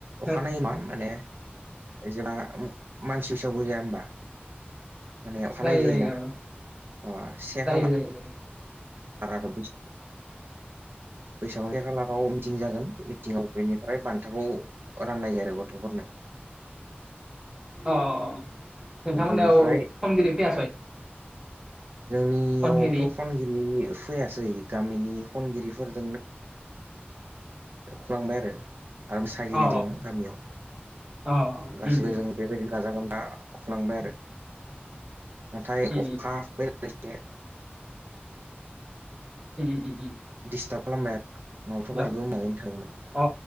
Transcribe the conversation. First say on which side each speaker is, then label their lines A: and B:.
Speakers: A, on the right; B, on the right.
A: जायो
B: अखानायै मा माने जेला मानसि सावगो जाया होमबा माने अखानायै
A: जायो
B: जायोना अ से खाला
A: <unintelligible>
B: <unintelligible> बैसागुनि खालाराव मिटिं जागोन मिटिंआव बेनि फ्राय बान्थाखौ राननाय जायो आरो गथ'फोरनो
A: औ नोंथांमोननियाव
B: बेनिफ्राय
A: खनगिरि फैयासै?
B: जोंनियावथ'
A: खनगिरि
B: खनगिरि फैयासै गामिनि खनगिरिफोरजोंनो खुलांबाय आरो। आरो मोसागिरि
A: अ
B: दं गामियाव
A: अ
B: गासिबो
A: उम,
B: जों बेबायदि गाजा गोमजा अख्लांबाय आरो नाथाय
A: उम,
B: अखा बे एसे
A: उम, उम, उम.
B: दिस्टाब खालामबाय आरो थ'
A: हेल'
B: गासिबो मोजाङैनो थाङोमोन
A: अ